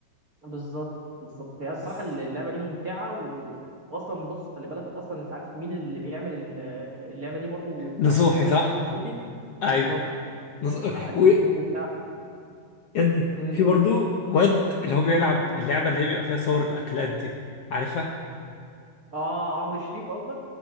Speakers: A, on the right (about 40°); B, on the left (about 65°).
A: بالظبط بالظبط هي الصراحة
B: بس
A: اللعبة دي ممتعة و... واصلا بص خلي بالك اصلا انت عارف مين اللي بيعمل ال- اللعبة دي برضو في
B: نصوحي
A: افكار وكده
B: صح؟
A: عارف نصوحي
B: ايوه
A: بالظبط بالظبط
B: نص...
A: على
B: و...
A: اليوتيوب وبتاع
B: يا ابني
A: م،
B: في
A: قول
B: برضو واد اللي هو بيلعب اللعبه اللي هي بيبقى فيها صور الاكلات دي عارفها؟
A: اه عمرو شريف قصدك